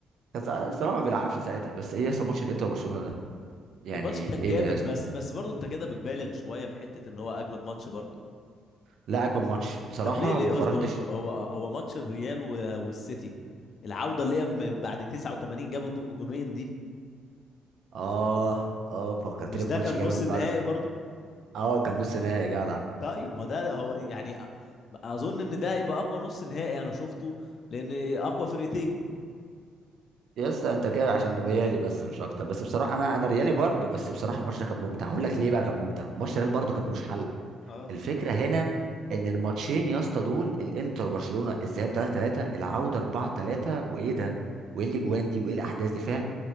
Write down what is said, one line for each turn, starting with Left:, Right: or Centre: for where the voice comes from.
Right: كان الصراحه ما بيلعبش ساعتها بس ايه يا اسطى ماتش الانتر وبرشلونه ده يعني
Left: الماتش كان
Right: ايه
Left: جامد
Right: ده يا اسطى
Left: بس بس برضه انت كده بتبالغ شوية في حتة ان هو اجمد ماتش برضه
Right: لا اجمل ماتش بصراحه
Left: طب ليه ليه
Right: ما اتفرجتش
Left: اصبر اصبر هو هو ماتش الريال و- والسيتي العودة اللي هي بم- بعد 89 جابوا دو- جونين دي
Right: اه اه فكرتني
Left: مش
Right: بماتش
Left: ده كان
Right: جامد
Left: نص النهائي
Right: برضه
Left: برضو
Right: اه كان نص نهائي جدع
Left: طيب ما ده هو يعني أ- اظن ان ده هيبقى اقوى نص نهائي انا شفته لان اقوى فرقتين
Right: يا اسطى انت كده عشان ريالي بس مش اكتر بس بصراحه انا انا ريالي برضه بس بصراحه الماتش ده كان ممتع هقول لك ليه بقى كان ممتع وماتش ريال برضه كان ملوش حل
Left: اه
Right: الفكره هنا ان الماتشين يا اسطى دول الانتر وبرشلونه الذهاب 3 3 العوده 4 3 وايه ده وايه الاجوان دي وايه الاحداث دي فاهم